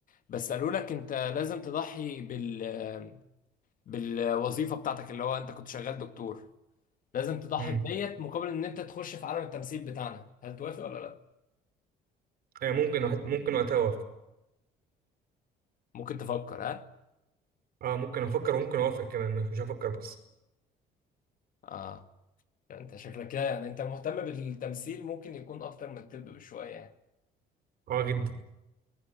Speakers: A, on the left; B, on the right.
A: بس قالوا لك أنت لازم تضحي بال بالوظيفة بتاعتك اللي هو أنت كنت شغال دكتور لازم تضحي
B: مم.
A: بديت مقابل إن أنت تخش في عالم التمثيل بتاعنا هل توافق ولا لأ؟
B: آه، ممكن وقت- ممكن وقتها أوافق
A: ممكن تفكر ها؟
B: اه ممكن أفكر وممكن أوافق كمان مش هفكر بس
A: آه أنت شكلك كده يعني أنت مهتم بالتمثيل ممكن يكون أكتر من الطب بشوية يعني.
B: اه جدا